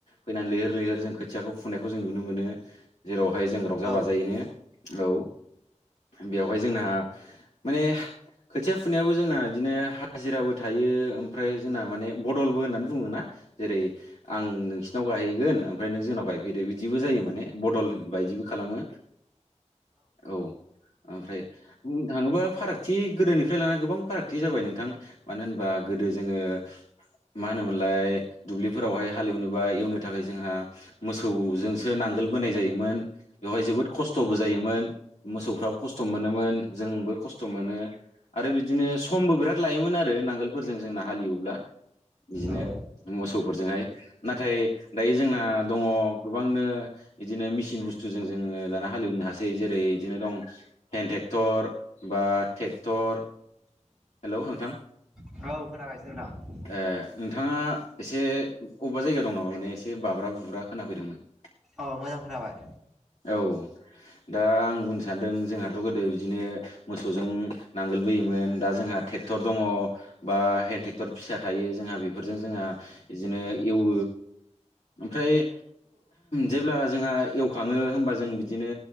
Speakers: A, on the left; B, in the centre.
A: फैनानै लैहोर लैहोर जों खोथियाखौ फुनायखौ जों नुनो मोनो जेरावहाय जों रंजा
B: औ
A: बाजायैनो औ बेवहाय जोंहा माने खोथिया फुनायाबो जोंना बिदिनो हाजिराबो थायो ओमफ्राय जोंना माने बदलबो होननानै बुङो ना जेरै आं नोंसिनाव गायहैगोन ओमफ्राय नों जोंनाव गायफैदो बिदिबो जायो माने बदल बायदिबो खालामो औ ओमफ्राय बुंनो थाङोबा फारागथि गोदोनिफ्राय लानानानै गोबां फारागथि जाबाय नोंथां मानो होनबा गोदो जोङो मा होनोमोनलाय दुब्लिफोरावहाय हालेवनोबा एवनो थाखाय जोंहा मोसौजोंसो नांगोल बोनाय जायोमोन बेवहाय जोबोद खस्थ' खस्थ'बो जायोमोन मोसौफ्राबो खस्थ' मोनोमोन जोंबो खस्थ' मोनो आरो बिदिनो समबो बिराद लायोमोन आरो नांगोलफोरजों जोंना हालेब्ला बिदिनो
B: औ
A: मोसौफोरजोंहाय नाथाय दायो जोंना दङ गोबांनो बिदिनो मिसिन बुस्थुजों जोङो दाना हालेवनो हासै जेरै बिदिनो दं हेन्द ट्रेक्टर बा ट्रेक्टर हेलौ नोंथां
B: औ खोनागासिनो नोंथां
A: ओ नोंथाङा एसे अबेबा जायगा दं नामा माने एसे बाब्रा बुब्रा खोनाफैदोंमोन <inaudible>
B: अ मोजां खोनाबाय
A: औ दा ट्रेक्टर दङ बा हेेन ट्रेक्टर फिसा थायो जोंहा बेफोरजों जोंहा बिदिनो एवो ओमफ्राय जेब्ला जोंहा एवखाङो होमबा जों बिदिनो